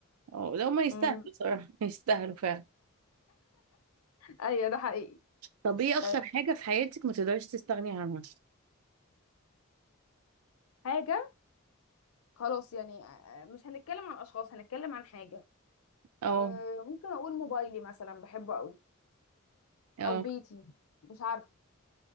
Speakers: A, on the right (about 80°); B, on the left (about 75°).
A: اه لو ما يستاهلوا
B: مم.
A: صراحة <laughs> يستاهلوا فعلا
B: أيوة ده حقيقي
A: طب ايه اكتر
B: آه،
A: حاجة في حياتك ما تقدرش تستغني عنها
B: حاجة خلاص يعني آه، مش هنتكلم عن أشخاص هنتكلم عن حاجة
A: اه
B: أه ممكن اقول موبايلي مثلا بحبه قوي
A: اه
B: او بيتي مش عارفه